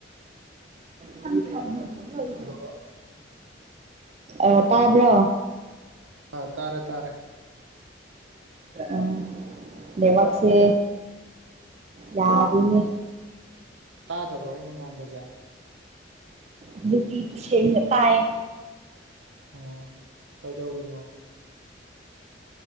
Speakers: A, on the right (about 35°); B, on the right (about 75°).
A: <unintelligible>
B: ꯍꯜꯂꯣ
A: ꯑ ꯇꯥꯕ꯭ꯔꯣ
B: ꯇꯥꯔꯦ ꯇꯥꯔꯦ
A: ꯎꯝ ꯅꯦꯠꯋꯥꯛꯁꯦ ꯌꯥꯗꯦꯅꯦ
B: ꯇꯥꯗꯕ꯭ꯔꯣ ꯑꯩꯅ ꯉꯥꯡꯕꯁꯦ
A: ꯍꯧꯖꯤꯛꯇꯤ ꯁꯦꯡꯅ ꯇꯥꯏꯌꯦ
B: ꯑꯣ ꯀꯩꯗꯧꯔꯤꯅꯣ